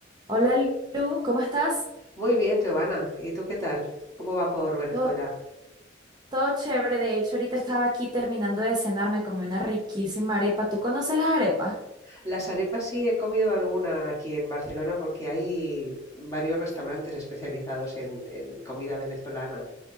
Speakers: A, on the right; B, on the left.
A: Hola Lu, ¿cómo estás?
B: Muy bien, Giovanna. ¿Y tú qué tal? ¿Cómo va por Venezuela?
A: Todo, todo chévere, de hecho ahorita estaba aquí terminando de cenar, me comí una riquísima arepa. ¿Tú conoces las arepas?
B: Las arepas sí he comido alguna aquí en Barcelona porque hay varios restaurantes especializados en, en comida venezolana.